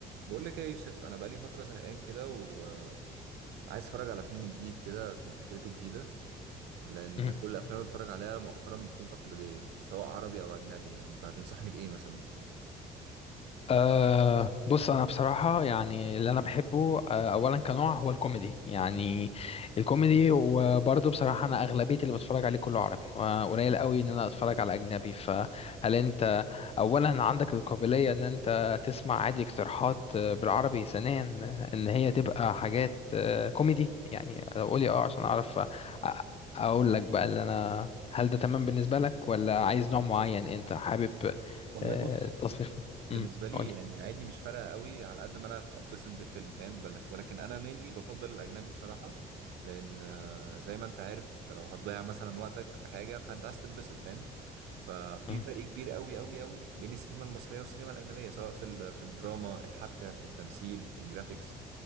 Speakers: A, on the right; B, on the left.
A: بقول لك ايه يا يوسف انا بقالي فتره زهقان كده وعايز اتفرج على فيلم جديد كده تكون فكرته جديده لان
B: مم.
A: كل الافلام اللي بتفرج عليها مؤخرا بتكون تقليديه سواء عربي او اجنبي يعني فهتنصحني بايه مثلا
B: أه بص انا بصراحه يعني اللي انا بحبه أه اولا كنوع هو الكوميدي يعني الكوميدي وبرضه بصراحه انا اغلبيه اللي بتفرج عليه كله عربي وقليل قوي ان انا اتفرج على اجنبي فهل انت اولا عندك القابليه ان انت تسمع عادي اقتراحات آه، بالعربي ثانيا ان هي تبقى حاجات آه، كوميدي يعني لو قولي اه عشان اعرف أ- اقول لك بقى اللي انا هل ده تمام بالنسبه لك ولا عايز نوع معين انت حابب
A: والله
B: آه،
A: بص
B: تصنيف
A: بالنسبه
B: امم
A: لي
B: قولي
A: يعني عادي مش فارقه قوي على قد ما انا اتبسط بالفيلم فاهم بالك ولكن انا مينلي بفضل الاجنبي بصراحه لان آه، زي ما انت عارف انت لو هتضيع مثلا وقتك في حاجه فانت عايز تتبسط فاهم ففي
B: مم.
A: فرق كبير قوي قوي قوي بين السينما المصريه والسينما الاجنبيه سواء في ال- في الدراما الحبكه التمثيل الجرافيكس